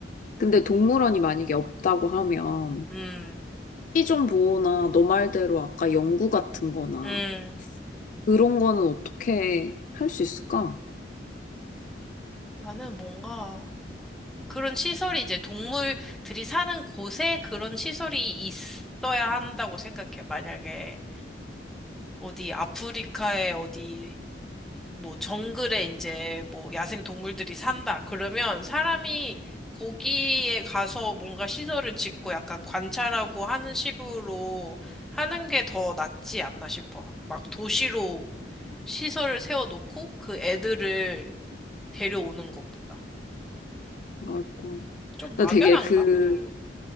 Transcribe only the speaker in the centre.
음,
음.
나는 뭔가 그런 시설이 이제 동물들이 사는 곳에 그런 시설이 있어야 한다고 생각해. 만약에 어디 아프리카의 어디 뭐 정글에 이제 뭐 야생 동물들이 산다. 그러면 사람이 거기에 가서 뭔가 시설을 짓고 약간 관찰하고 하는 식으로 하는 게 더 낫지 않나 싶어. 막 도시로 시설을 세워놓고 그 애들을 데려오는 것보다.
좀
막연한가?
음,